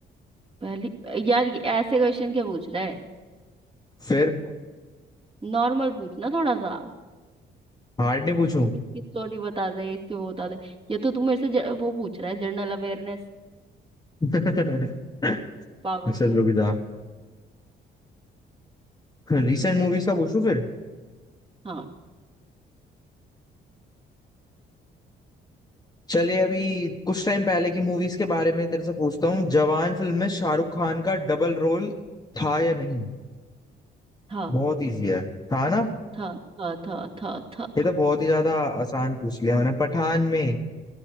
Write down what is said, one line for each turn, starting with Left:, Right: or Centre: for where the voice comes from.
Right: पहली यार ये ऐसे क्वेश्चन क्या पूछ रहा है
Left: फिर
Right: नॉर्मल पूछना थोड़ा सा
Left: हार्ड नहीं पूछूं
Right: इसकी स्टोरी बता दे इसके वो बता दे ये तो तू मेरे से ज- वो पूछ रहा है जनरल अवेयरनेस
Left: <laughs> चलो
Right: पागल से
Left: रुक जा रिसेंट मूवीज का पूछूं फिर
Right: हाँ
Left: चलिए अभी कुछ टाइम पहले की मूवीज के बारे में तेरे से पूछता हूँ जवान फिल्म में शाहरुख खान का डबल रोल था या नहीं
Right: था
Left: बहुत इजी है था ना
Right: था था था था था
Left: ये तो बहुत ही ज्यादा आसान पूछ लिया मैंने पठान में